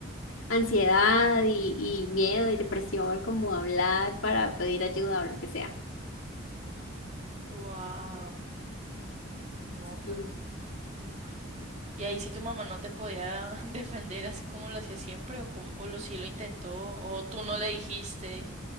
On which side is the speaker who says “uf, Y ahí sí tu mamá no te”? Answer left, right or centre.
Right